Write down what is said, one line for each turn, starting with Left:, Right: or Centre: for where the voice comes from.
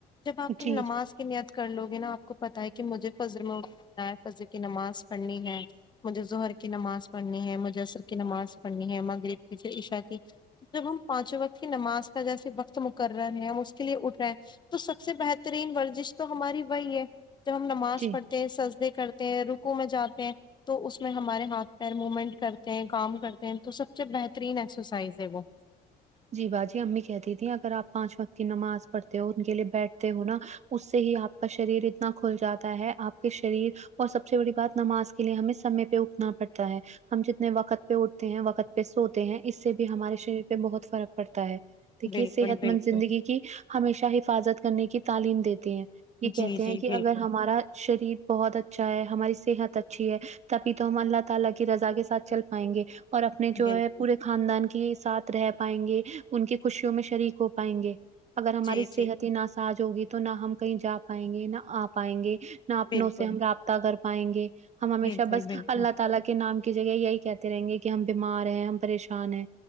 Left: جب آپ کی
Right: جی
Left: نماز
Right: جی
Left: کی نیت کر لوگے نا آپ کو پتا ہے کہ مجھے فضر میں اٹھنا ہے فضر کی نماز پڑھنی ہے مجھے ظہر کی نماز پڑھنی ہے مجھے عصر کی نماز پڑھنی ہے مغرب کی پھر عشا کی جب ہم پانچوں وقت کی نماز کا جیسے وقت مقرر ہے ہم اس کے لیے اٹھ رہے ہیں تو سب سے بہترین ورزش تو ہماری وہی ہے جب ہم نماز
Right: جی
Left: پڑھ سجدے کرتے ہیں رکوع میں جاتے ہیں تو اس میں ہمارے ہاتھ پیر مومنٹ کرتے ہیں کام کرتے ہیں تو سب سے بہترین ایکسرسائز ہے وہ
Right: جی باجی امی کہتی تیں اگر آپ پانچ وقت کی نماز پڑھتے ہو ان کے لیے بیٹھتے ہو نا اس سے ہی آپ کا شریر اتنا کھل جاتا ہے آپ کے شریر اور سب سے بڑی بات نماز کے لیے ہمیں سمے پہ اٹھنا پڑتا ہے ہم جتنے وقت پہ اٹھتے ہیں وقت پہ سوتے ہیں اس سے بھی ہمارے شریر پہ بہت فرق پڑتا ہے دیکھئے
Left: بالکل
Right: صحت
Left: بالکل
Right: مند زندگی کہ ہمیشہ حفاظت کرنے کی تعلیم دیتے ہیں یہ کہتے
Left: جی
Right: ہیں
Left: جی
Right: کہ
Left: بالکل
Right: اگر ہمارا شریر بہت اچھا ہے ہماری صحت اچھی ہے تبھی تو ہم اللہ تعالی کی رضا کے ساتھ چل پائیں گے اور اپنے جو
Left: بالکل
Right: ہے پورے خاندان کے ساتھ رہ پائیں گے ان کی خوشیوں میں شریک ہو پائیں گے اگر ہماری
Left: جی
Right: صحت
Left: جی
Right: ہی ناساج ہوگی تو نہ ہم کہیں جا پائیں گے نہ آ پائیں گے نا اپنوں
Left: بالکل
Right: سے ہم رابطہ کر پائیں گے ہم ہمیشہ
Left: بالکل
Right: بس
Left: بالکل
Right: اللہ تعالی کے نام کی جگہ یہی کہتے رہیں گے کہ ہم بیمار ہیں ہم پریشان ہیں